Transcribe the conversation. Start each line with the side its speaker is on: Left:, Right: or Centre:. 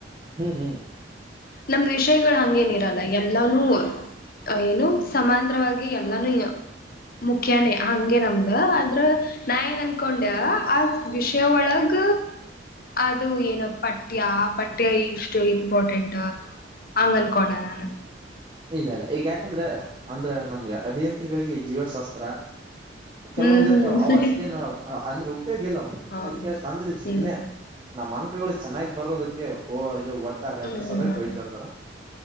Right: ಹ್ಮ್ ಹ್ಮ್
Left: ನಮ್ದ್ ವಿಷಯಗಳು ಹಂಗೇನಿರಲ್ಲ ಎಲ್ಲಾನೂ ಏನು ಸಮಾಂತರವಾಗಿ ಎಲ್ಲಾನು ಮುಖ್ಯನೇ ಹಂಗೆ ನಮ್ದ ಅಂದ್ರ ನಾ ಏನ್ ಅನ್ಕೊಂಡೆ ಆ ವಿಷಯ ಒಳಗ ಅದು ಏನು ಪಠ್ಯ ಪಠ್ಯ ಇಷ್ಟು ಇಂಪಾರ್ಟೆಂಟ್ ಅಂಗನ್ಕೊಂಡನಾನ
Right: ಇಲ್ಲ ಇಲ್ಲ ಈಗ ಯಾಕಂದ್ರೆ ಅಂದ್ರೆ ನಮ್ಗೆ ಅಭಿಯಂತ್ರಿಗಳಿಗೆ ಜೀವಶಾಸ್ತ್ರ ಕೆಲವೊಂದ
Left: ಹ್ಮ್
Right: ಇರ್ತಾವ ಅ ಅಷ್ಟೇನ್ ಅಂದ್ರೆ ಉಪಯೋಗ ಇಲ್ಲ ಅವು
Left: ಹಾ
Right: ಅದಕ್ಕೆಷ್ಟ
Left: ಹಾ ಹ್ಮ್
Right: ಅಂದ್ರ ಇದದು ಸುಮ್ನೆ ನಮ್ಮ ಅಂಕಗಳು ಚೆನ್ನಾಗ್ ಬರೋದಕ್ಕೆ ಓ ಇದು ಇಟ್ಟಾರೆ
Left: ಹ್ಮ್
Right: ಅದ್ರ ಸಲಕ್ಕೆ
Left: ಹಾ
Right: ಇಟ್ಟರ್ತಾರ